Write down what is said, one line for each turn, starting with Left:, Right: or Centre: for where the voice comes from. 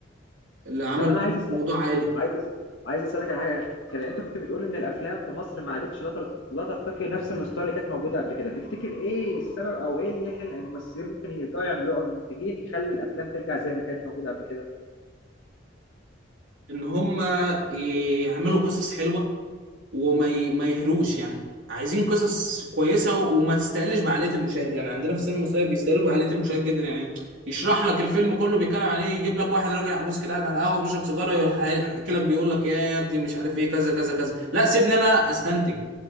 Right: اللي عمل
Left: طب انا عايز أسأل
Right: موضوع عائلي
Left: عايز أسأل عايز اسالك على حاجه اخيره انت كنت بتقول ان الافلام في مصر ما عادتش لا ترت- لا ترتقي نفس المستوى اللي كانت موجوده قبل كده تفتكر ايه السبب او ايه اللي احنا الممثلين ممكن يرجعوا يعملوه او المنتجين يخلي الافلام ترجع زي ما كانت موجوده قبل كده
Right: ان هم يعملوا قصص حلوه وما ي... ما يهروش يعني عايزين قصص كويسه وما تستقلش بعقليه المشاهد يعني عندنا في السينما المصريه بيستقلوا بعقليه المشاهد جدا يعني يشرح لك الفيلم كله بيتكلم عن ايه يجيب لك واحد راجل عجوز كده قاعد على القهوه بيشرب سيجاره يروح حاكي لك بيقول لك يا يا ابني مش عارف ايه كذا كذا كذا لا سيبني انا استنتج